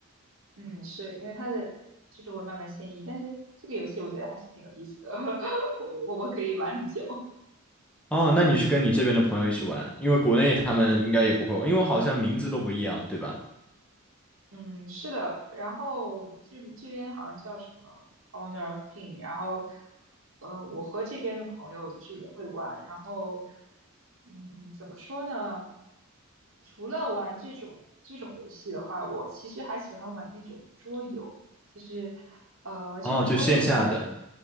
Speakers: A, on the right; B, in the centre.
A: 嗯，是因为它的就是会慢慢迁移，但是这个游戏我觉得还是挺有意思的，<laughs> 我我我可以玩很久。
B: 哦，那你是跟你这边的朋友一起玩，因为国内他们应该也不会玩，因为好像名字都不一样，对吧？
A: 嗯，是的，然后这这边好像叫什么 o w n e r of King，然后呃，我和这边的朋友就是也会玩，然后嗯，怎么说呢？除了玩这种这种游戏的话，我其实还喜欢玩那种桌游，就是呃，这种桌游的话，
B: 哦，就线下的，